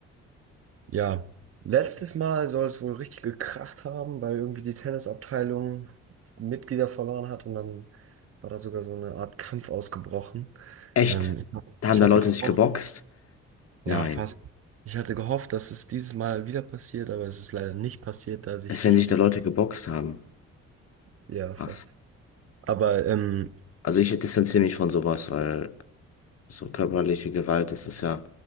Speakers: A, on the right (about 50°); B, on the left (about 50°).
A: ja, letztes Mal soll es wohl richtig gekracht haben, weil irgendwie die Tennisabteilung Mitglieder verloren hat und dann war da sogar so eine Art Kampf ausgebrochen.
B: Echt?
A: Ähm, ich,
B: Da
A: ich
B: haben da
A: hatte
B: Leute
A: gehofft,
B: sich geboxt? Nein.
A: Ja, fast. Ich hatte gehofft, dass es dieses Mal wieder passiert, aber es ist leider nicht passiert, da sich
B: Als
A: die,
B: wenn sich da Leute geboxt haben.
A: ja,
B: Krass.
A: fast. Aber ähm,
B: Also ich distanziere mich von sowas, weil so körperliche Gewalt, das ist ja,